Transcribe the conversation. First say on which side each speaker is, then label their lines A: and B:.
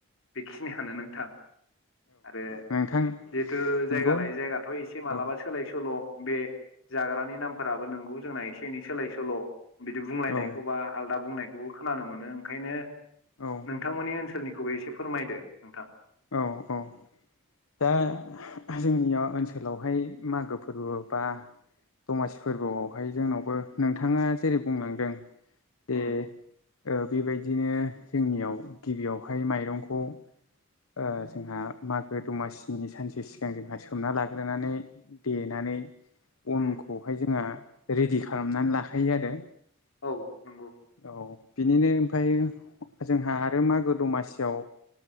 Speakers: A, on the left; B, on the left.
A: बेखिनियानो नोंथां। आरो
B: नोंथां
A: जिहेथु
B: नंगौ
A: जायगा लायै जायगाथ' एसे मालाबा
B: औ
A: सोलाय सोल' बे जाग्रानि नामफोराबो नोंगौ जोंना एसे एनै सोलाय सोल' बिदि बुंलायनायखौबा
B: औ
A: आलदा बुंनायखौबो खोनानो मोनो ओंखायनो
B: औ
A: नोंथांमोननि ओनसोलनिखौबो एसे फोरमायदो नोंथां।
B: औ औ दा जोंनिया ओनसोलावहाय मागो फोरबो बा दमासि फोरबोआवहाय जोंनावबो नोंथाङा जेरै बुंलांदों दे
A: उम
B: ओ बेबायदिनो जोंनियाव गिबियावहाय माइरंखौ ओ जोंहा मागो दमासिनि सानसे सिगां जोंहा सोमना लाग्रोनानै देनानै
A: उम
B: अनखौहाय जोंहा रेडि खालामनानै लाखायो आरो
A: औ नंगौ
B: औ बिनिनो ओमफाय जोंहा आरो मागो दमासियाव